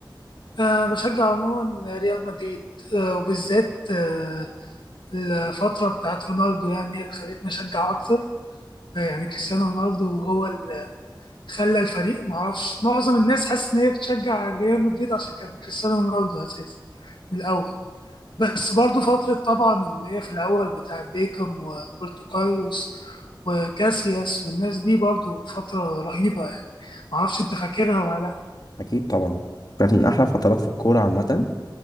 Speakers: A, on the left (about 70°); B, on the left (about 50°).
A: آه، بشجع عموما ريال مدريد آه، وبالذات آه، الفترة بتاعت رونالدو يعني هي اللي خلتني أشجع أكتر يعني كريستيانو رونالدو هو اللي خلى الفريق معرفش معظم الناس حاسس إن هي بتشجع ريال مدريد عشان كان كريستيانو رونالدو أساسي من الأول بس برضو فترة طبعا اللي هي في الأول بتاعت بيكم وروبرتو كارلوس وكاسياس والناس دي برضو فترة رهيبة يعني معرفش أنت فاكرها ولا لأ
B: اكيد طبعا كانت من احلى فترات في الكوره عامه